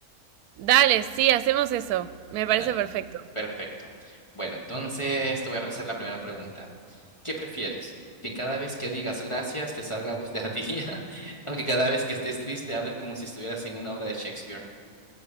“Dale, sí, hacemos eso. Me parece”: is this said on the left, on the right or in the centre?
Right